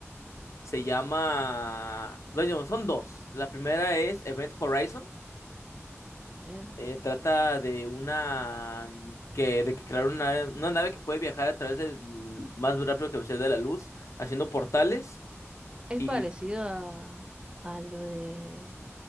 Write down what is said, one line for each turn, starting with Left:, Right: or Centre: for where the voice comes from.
Left: Se llama, bueno, son dos. La primera es Event Horizon.
Right: A ver.
Left: Eh, trata de una que de que crearon una, una nave que puede viajar a través del más rápido que la velocidad de la luz, haciendo portales
Right: ¿Es
Left: y
Right: parecido a, a lo de